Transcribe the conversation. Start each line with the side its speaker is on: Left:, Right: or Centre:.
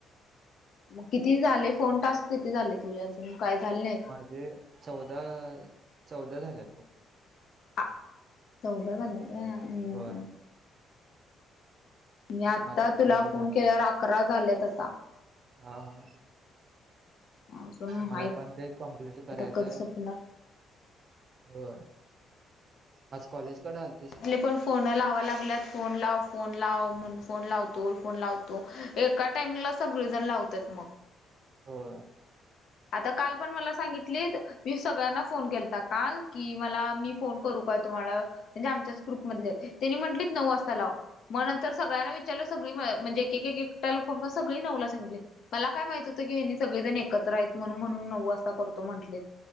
Left: मग किती झाले? फोन टास्क किती झाले तुझे? अजून काय झाले नाहीत?
Right: म्हणजे चौदा चौदा झाल्यात बघ.
Left: आ चौदा झाले का आणि
Right: होय
Left: मी आता
Right: माझं
Left: तुला
Right: थोडं
Left: फोन
Right: राहिलं
Left: केल्यावर अकरा झाल्यात आता.
Right: हा हा.
Left: अजून
Right: मला
Left: हाईत
Right: पण ते कंप्लीट करायचंय.
Left: आता कधी संपणार
Right: होय, आज कॉलेजकड आलतीस?
Left: आपले पण फोन लावा लागल्यात. फोन लाव, फोन लाव म्हणून फोन लावतो, फोन लावतो एका टाइमला सगळीजण लावत्यात मग
Right: होय.
Left: आता काल पण मला सांगितलीत, मी सगळ्यांना फोन केलता. आल की मला मी फोन करू का तुम्हाला? म्हणजे आमच्याच ग्रुपमधले त्यांनी म्हटलीत नऊ वाजता लाव. मग नंतर सगळ्यांना विचारलं सगळी म्ह म्हणजे एक एक एक एकटला फोन करून सगळी नऊला सांगितली. मला काय माहित होतं की हेनी सगळेजण एकत्र आहेत म्हणून म्हणून नऊ वाजता करतो म्हटलेत